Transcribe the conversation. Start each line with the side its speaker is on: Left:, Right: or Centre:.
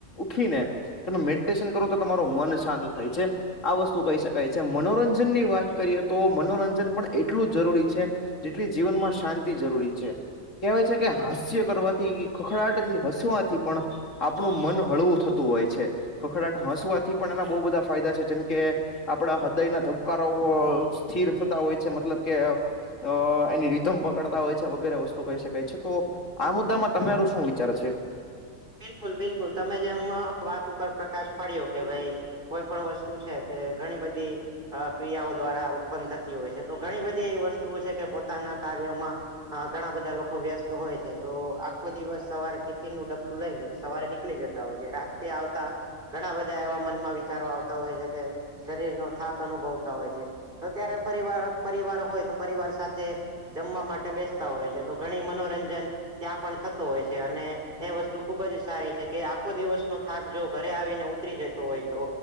Left: ઉઠીએને તમે મેડિટેશન કરો તો તમારુ મન શાંત થાય છે. આ વસ્તુ કહી શકાય છે મનોરંજનની વાત કરીએ તો મનોરંજન પણ <inaudible> એ એટલું જરૂરી છે જેટલી જીવનમાં શાંતિ જરૂરી છે. કહેવાય છે કે હાસ્ય કરવાથી ખખડાટથી હસવાથી પણ આપણું મન હળવું થતું હોય છે ખખડાટ હસવાથી પણ એના બહુ બધા ફાયદા છે જેમ કે આપડા હૃદયના ધબકારાઓ <inaudible> સ્થિર થતા હોય છે મતલબ કે અ એની રીધમ પકડતા હોય છે. વગેરે વસ્તુ કહી શકાય છે તો આ મુદ્દામાં તમારું શું વિચાર છે?
Right: બિલકુલ બિલકુલ. તમે જેમ વાત ઉપર પ્રકાશ પડ્યો કે ભાઈ કોઈ પણ વસ્તુ છે તે ઘણી બધી અ ક્રિયાઓ દ્વારા ઉત્પન્ન થતી હોય છે. તો ઘણી બધી એવી વસ્તુઓ છે કે પોતાના કાર્યમાં હા ઘણા બધા લોકો વ્યસ્ત હોય છે. તો આખો દિવસ સવારે ટિફિનનું ડ લઈને સવારે નીકળી જતાં હોય છે રાત્રે આવતાં ઘણાં બધાં એવા મનમાં વિચારો આવતા હોય છે કે શરીર નો થાક અનુભવતા હોય છે. અત્યારે પરિવાર પરિવાર હોય તો પરિવાર સાથે જમવા માટે બેસતા હોય છે તો ઘણી મનોરંજન ત્યાં પણ થતું હોય છે અને એ વસ તો ખુબ જ સારી છે કે આખો દિવસનો થાક જો ઘરે આવીને ઉતરી જતો હોય તો